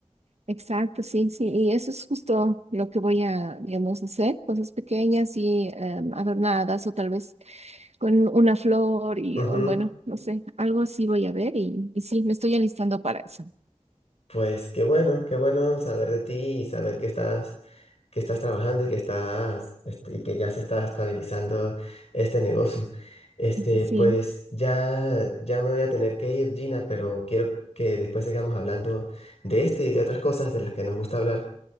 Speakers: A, on the right; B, on the left.
A: Exacto, sí, sí, y eso es justo lo que voy a, digamos, hacer, cosas pequeñas y em, adornadas o tal vez con una flor y,
B: Ujú.
A: o, bueno, no sé, algo así voy a ver y, y sí, me estoy alistando para eso.
B: Pues qué bueno, qué bueno saber de ti y saber que estás que estás trabajando y que estás este, y que ya se está estabilizando este negocio. Este,
A: Sí.
B: pues ya, ya me voy a tener que ir, Gina, pero quiero que después sigamos hablando de este y de otras cosas de las que nos gusta hablar.